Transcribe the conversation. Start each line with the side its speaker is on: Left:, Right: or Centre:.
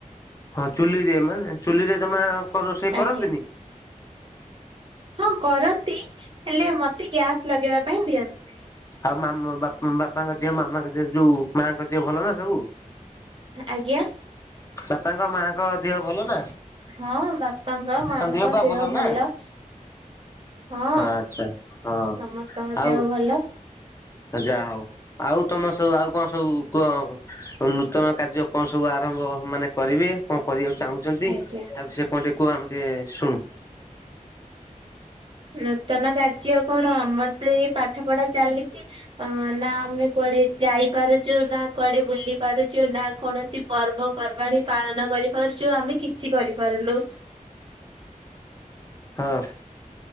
Left: ହଁ ଚୁଲିରେ ମାନେ ଚୁଲିରେ ଜମା କ ରୋଷେଇ
Right: ଆଜ୍ଞା
Left: କରନ୍ତିନି?
Right: ହଁ କରନ୍ତି ହେଲେ ମତେ ଗ୍ୟାସ୍ ଲଗେଇବା ପାଇଁ ଦିଅନ୍ତି। ନାହିଁ।
Left: ଆଉ ମାମ ବାପ ଉମ ବାପାଙ୍କ ଦିଅ ମାମାଙ୍କ ଦିଅ ଯୋଉ ମାଙ୍କ ଦିଅ ଭଲ ନା ସବୁ?
Right: ଆଜ୍ଞା?
Left: ବାପାଙ୍କ ମା'ଙ୍କ ଦିହ ଭଲ ନା?
Right: ହଁ ବାପାଙ୍କ ମାଙ୍କ
Left: ତାଙ୍କ ପା
Right: ଦେହ
Left: ନା?
Right: ଭଲ। ହଁ
Left: ଆଚ୍ଛା ହଁ
Right: ସମସ୍ତଙ୍କ
Left: ଆଉ
Right: ଦେହ ଭଲ।
Left: ଯାହା ହଉ ଆଉ ତମେ ସବୁ ଆଉ କଣ ସବୁ କୁହ? ନୂତନ କାର୍ଯ୍ୟ କଣ ସବୁ ଆରମ୍ଭ ମାନେ କରିବେ କଣ କରିବାକୁ ଚାହୁଁଛ? ଚନ୍ତି
Right: ଆଜ୍ଞା।
Left: ଆଉ ସେ କଣ ଟିକେ କୁହ ଆମେ ଟିକେ ଶୁଣୁ।
Right: ନୂତନ କାର୍ଯ୍ୟ କଣ ଆମର ତ ଏଇ ପାଠ ପଢା ଚାଲିଚି। ଅ ନା ଆମେ କୁଆଡେ ଯାଇପାରୁଚୁ ନା କୁଆଡେ ବୁଲି ପାରୁଚୁ ନା କୌଣସି ପର୍ବପର୍ବାଣିୀ ପାଳନ କରିପାରୁଛୁ ଆମେ କିଛି କରିପାରୁନୁ।
Left: ହଁ।